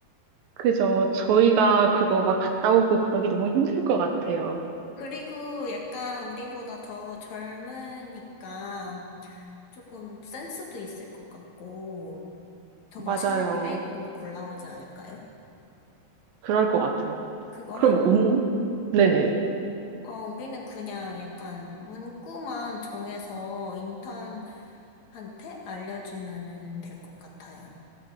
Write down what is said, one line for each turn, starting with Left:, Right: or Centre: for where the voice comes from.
Right: 그죠. 저희가 그거 막 갔다 오고 그러기 너무 힘들 것 같아요.
Left: 그리고 약간 우리보다 더 젊으니까 조금 센스도 있을 것 같고 더
Right: 맞아요.
Left: 맛있는 케이크로 골라오지 않을까요?
Right: 그럴 것 같아요.
Left: 그거랑
Right: 그럼, 운, 네네.
Left: 어 우리는 그냥 약간 문구만 정해서 인턴한테 알려주면은 될 것 같아요.